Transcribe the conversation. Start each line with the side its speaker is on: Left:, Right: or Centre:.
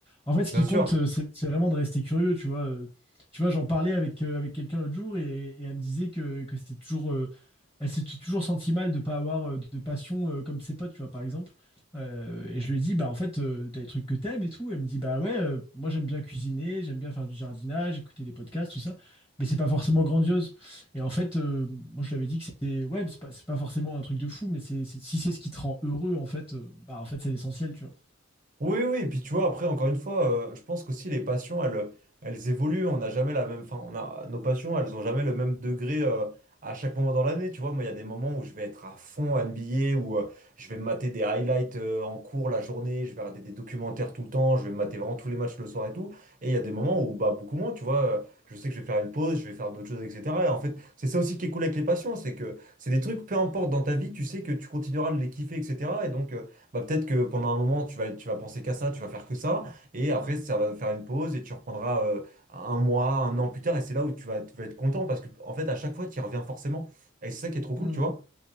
Left: En fait, ce
Right: bien
Left: qui
Right: sûr.
Left: compte, euh, c'est c'est vraiment de rester curieux, tu vois. Euh, Tu vois, j'en parlais avec, euh, avec quelqu'un l'autre jour et, et elle me disait que, que c'était toujours euh, elle s'est t- toujours sentie mal de pas avoir euh, de passion euh, comme ses potes, tu vois, par exemple. Euh, et je lui ai dit, bah en fait, euh, t'as des trucs que t'aimes et tout. Elle me dit, bah ouais, euh, moi j'aime bien cuisiner, j'aime bien faire du jardinage, écouter des podcasts, tout ça. Mais c'est pas forcément grandiose. Et en fait, euh, moi je lui avais dit que c'était, ouais, c'est pas, c'est pas forcément un truc de fou, mais c'est, c'est- si c'est ce qui te rend heureux, en fait, euh, bah en fait c'est l'essentiel, tu vois.
Right: Oui, oui, et puis tu vois, après, encore une fois, euh, je pense qu'aussi les passions, elles, elles évoluent, on n'a jamais la même, enfin, on a, nos passions, elles n'ont jamais le même degré euh, à chaque moment dans l'année, tu vois, moi, il y a des moments où je vais être à fond NBA, où euh, je vais me mater des highlights euh, en cours la journée, je vais regarder des documentaires tout le temps, je vais me mater vraiment tous les matchs le soir et tout, et il y a des moments où, bah, beaucoup moins, tu vois, euh, je sais que je vais faire une pause, je vais faire d'autres choses, etc. Et en fait, c'est ça aussi qui est cool avec les passions, c'est que c'est des trucs, peu importe dans ta vie, tu sais que tu continueras de les kiffer, etc. Et donc... euh, bah peut-être que pendant un moment, tu vas, tu vas penser qu'à ça, tu vas faire que ça, et après, ça va faire une pause, et tu reprendras euh, un mois, un an plus tard, et c'est là où tu vas, tu vas être content, parce que, en fait, à chaque fois, tu y reviens forcément. Et c'est ça qui est trop cool,
Left: Mm.
Right: tu vois.